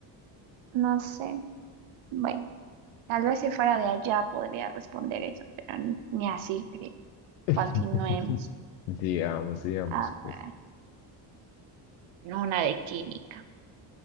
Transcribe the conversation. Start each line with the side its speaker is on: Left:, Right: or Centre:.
Right: No sé. Bueno, tal vez si fuera de allá podría responder eso, pero ni, ni así creo.
Left: <laughs>
Right: Continuemos.
Left: Digamos, digamos,
Right: A
Left: pues.
Right: ver, una de química.